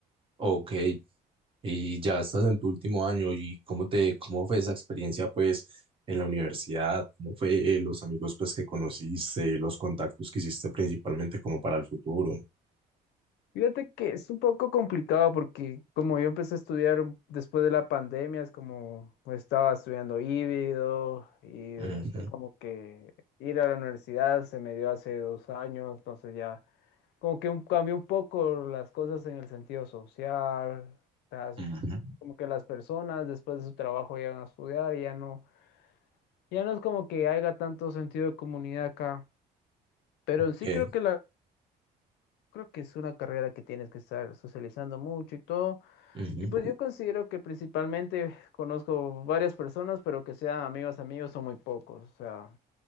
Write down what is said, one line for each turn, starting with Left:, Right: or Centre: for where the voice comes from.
Right: ok. Y ya estás en tu último año y cómo te, cómo fue esa experiencia pues en la universidad, cómo fue eh, los amigos pues que conociste, los contactos que hiciste principalmente como para el futuro.
Left: Fíjate que es un poco complicado porque como yo empecé a estudiar un- después de la pandemia, es como pues, estaba estudiando híbrido y es
Right: Ujú,
Left: como que ir a la universidad se me dio hace dos años, entonces ya como que un- cambió un poco las cosas en el sentido social, o sea, es
Right: ujú,
Left: como que las personas después de su trabajo llegan a estudiar y ya no, ya no es como que haya tanto sentido de comunidad acá, pero
Right: Ok.
Left: sí creo que la, creo que es una carrera que tienes que estar socializando mucho y todo.
Right: ujú.
Left: Y pues yo considero que principalmente conozco varias personas, pero que sean amigos amigos son muy pocos. O sea,